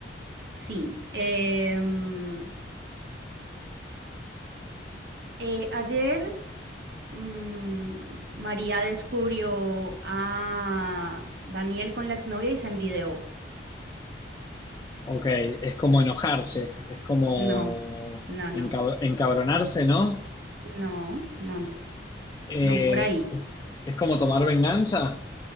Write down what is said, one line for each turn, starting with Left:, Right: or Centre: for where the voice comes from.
Right: sí. Em, eh, ayer mm, María descubrió a Daniel con la exnovia y se envidió.
Left: Ok, es como enojarse, es como
Right: No, no, no,
Left: encab- encabronarse, ¿no?
Right: no, no, no,
Left: Eh,
Right: no, por ahí.
Left: es como tomar venganza.